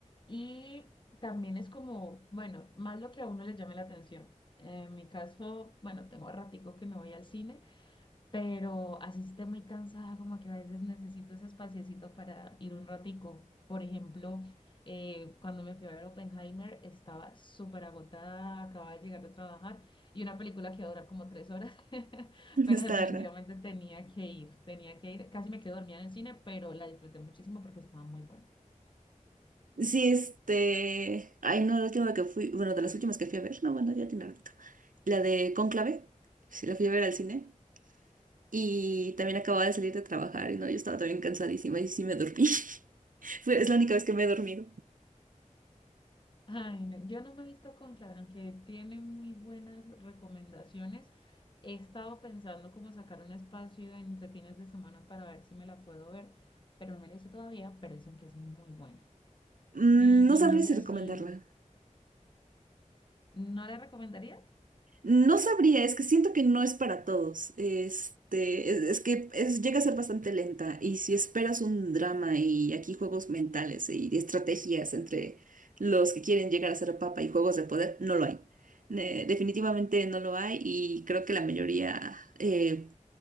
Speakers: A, on the left (about 35°); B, on the right (about 85°).
A: Y también es como, bueno, más lo que a uno le llame la atención. En mi caso, bueno, tengo ratico que no voy al cine pero así esté muy cansada, como que a veces necesito ese espaciecito para ir un ratico. Por ejemplo, eh, cuando me fui a ver Oppenheimer, estaba súper agotada, acababa de llegar de trabajar y una película que iba a durar como tres horas, <laughs>
B: <laughs>
A: pero
B: Está
A: definitivamente
B: raro.
A: tenía que ir, tenía que ir. Casi me quedé dormida en el cine, pero la disfruté muchísimo porque estaba muy buena.
B: Sí, este. Ay, no, la última que fui, bueno, de las últimas que fui a ver, no, bueno, ya tiene rato. La de Cónclave, sí, la fui a ver al cine. Y también acababa de salir de trabajar, y no, yo estaba también cansadísima y sí me dormí. <laughs> Fue- Es la única vez que me he dormido.
A: Ay, no, yo no me he visto Cónclave, aunque tiene muy buenas recomendaciones. He estado pensando cómo sacar un espacio entre fines de semana para ver si me la puedo ver, pero no me la he visto todavía, pero dicen que es muy buena.
B: Mm,
A: Y,
B: No sabría
A: y no sé
B: si recomendarla.
A: si, ¿no la recomendarías?
B: No sabría, es que siento que no es para todos. Este, es, es que es- llega a ser bastante lenta. Y si esperas un drama y aquí juegos mentales y estrategias entre los que quieren llegar a ser papa y juegos de poder, no lo hay. Ne- definitivamente no lo hay. Y creo que la mayoría, eh,